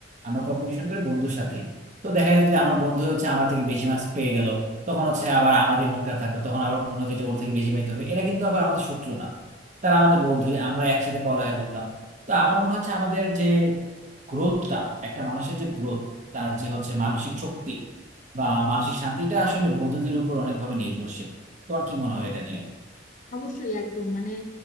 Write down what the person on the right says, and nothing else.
আমরা কম্পিটিশন করি বন্ধুর সাথে তো দেখা যেত যে আমার বন্ধু হচ্ছে আমার থেকে বেশি মার্কস পেয়ে গেল তখন হচ্ছে আবার আমাদের মন খারাপ থাকতো তখন আবার মনে হতো যে ওর থেকে বেশি পাইতে হবে এরা কিন্তু আবার আমাদের শত্রু না তারা আমাদের বন্ধু আমরা একসাথে পড়ালেখা করতাম তো আমার মনে হচ্ছে আমাদের যে গ্রোথটা একটা মানুষের যে গ্রোথ তার যে হচ্ছে মানসিক শক্তি বা মানসিক শান্তিটা আসলে বন্ধুদের উপর অনেকভাবে নির্ভরশীল তোমার কি মনে হয় এটা নিয়ে